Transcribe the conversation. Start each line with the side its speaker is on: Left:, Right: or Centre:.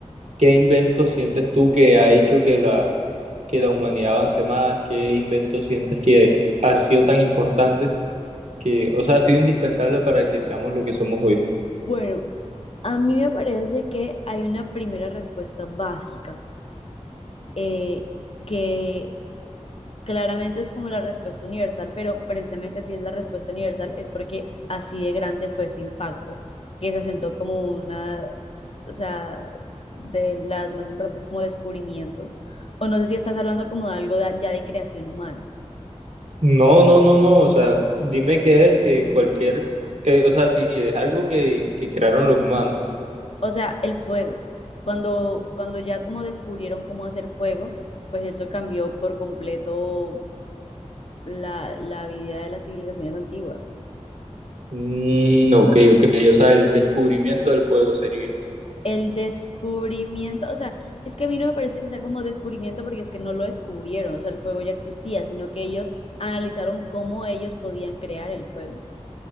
Right: ¿qué invento sientes tú que ha hecho que la, que la humanidad avance más? ¿Qué invento sientes que ha sido tan importante que, o sea, ha sido indispensable para que seamos lo que somos hoy?
Left: Bueno, a mí me parece que hay una primera respuesta básica. eh, que claramente es como la respuesta universal, pero precisamente así es la respuesta universal, es porque así de grande fue ese impacto, que se asentó como una, o sea, de las más importantes como descubrimientos, o no sé si estás hablando como de algo de- ya de creación humana,
Right: No, no, no, no, o sea, dime qué es que cualquier, eh, o sea, si es algo que, que crearon los humanos.
Left: o sea, el fuego, cuando, cuando ya como descubrieron cómo hacer fuego, pues eso cambió por completo la, la vida de las civilizaciones antiguas.
Right: Mm, ok, ok, o sea, el descubrimiento del fuego sería.
Left: El descubrimiento, o sea, es que a mí no me parece que sea como descubrimiento porque es que no lo descubrieron, o sea, el fuego ya existía, sino que ellos analizaron cómo ellos podían crear el fuego.